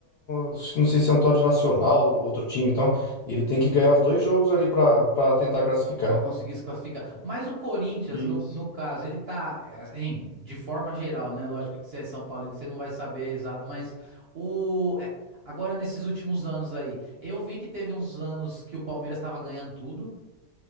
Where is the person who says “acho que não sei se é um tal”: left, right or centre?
Left